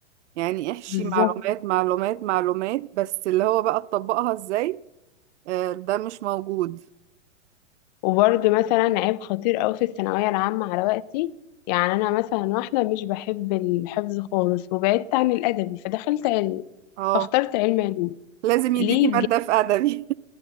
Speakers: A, on the right; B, on the left.
A: يعني احشي
B: بالظبط
A: معلومات معلومات معلومات بس اللي هو بقى تطبقها ازاي آه، ده مش موجود
B: وبرضه مثلا عيب خطير أوي في الثانوية العامة على وقتي يعني أنا مثلا واحدة مش بحب الحفظ خالص وبعدت عن الأدبي فدخلت علمي
A: اه
B: فاخترت علم علوم
A: لازم يديكي
B: ليه
A: مادة في أدبي